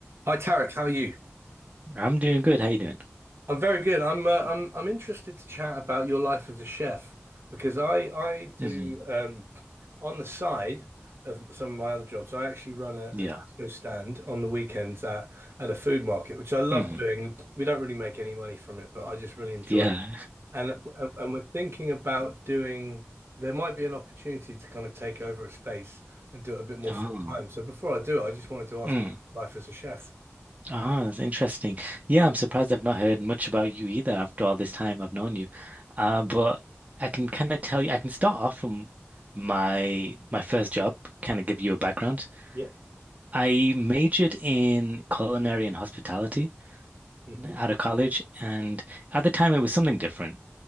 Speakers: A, on the right (about 60°); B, on the right (about 35°).
A: Hi Tarek, how are you?
B: I'm doing good. How you doing?
A: I'm very good. I'm uh, I'm I'm interested to chat about your life as a chef because I I do
B: hmm
A: um, on the side of some of my other jobs. I actually run a,
B: Yeah.
A: a taco stand on the weekends at at a food market, which I love
B: hmm
A: doing. We don't really make any money from it, but I just really enjoy
B: Yeah.
A: it. And and we're thinking about doing. There might be an opportunity to kind of take over a space and do it a bit more
B: <laughs> Oh.
A: full time. So before I do, I just wanted to ask
B: Mm.
A: about your life as a chef.
B: Oh, that's interesting. Yeah, I'm surprised I've not heard much about you either after all this time I've known you. Uh, but I can kind of tell you, I can start off from my my first job, kind of give you a background.
A: Yep.
B: I majored in culinary and hospitality
A: hmm
B: out of college, and at the time it was something different.